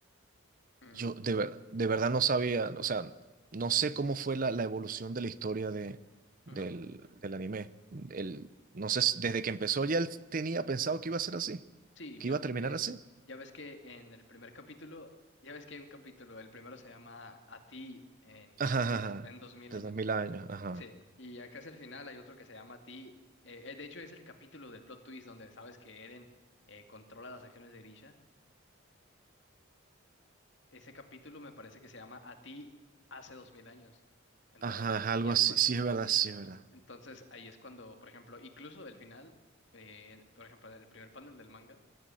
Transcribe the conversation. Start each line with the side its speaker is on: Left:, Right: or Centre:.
Left: Mm,
Right: Yo de ver- de verdad no sabía, o sea, no sé cómo fue la, la evolución de la historia de, del,
Left: ujú.
Right: del anime. El, no sé, si- desde que empezó ya él tenía pensado que iba a ser así,
Left: Sí,
Right: que
Left: mira,
Right: iba a
Left: porque
Right: terminar así.
Left: ya ves que en el primer capítulo, ya ves que hay un capítulo, el primero se llama A ti en
Right: <laughs> Ajá,
Left: 2000,
Right: ajá, ajá.
Left: añ- en 2000
Right: Desde
Left: años.
Right: mil años, ajá.
Left: Sí, y acá es el final, hay otro que se llama A ti. eh, eh, de hecho, es el capítulo del plot twist donde sabes que Eren eh, controla las acciones de Grisha. Ese capítulo me parece que se llama A ti hace 2000 años. Entonces,
Right: Ajá, ajá,
Left: eh, ahí
Right: algo
Left: es
Right: así,
Left: cuando,
Right: sí es verdad, sí es verdad.
Left: entonces, ahí es cuando, por ejemplo, incluso el final, eh, por ejemplo, el primer panel del manga.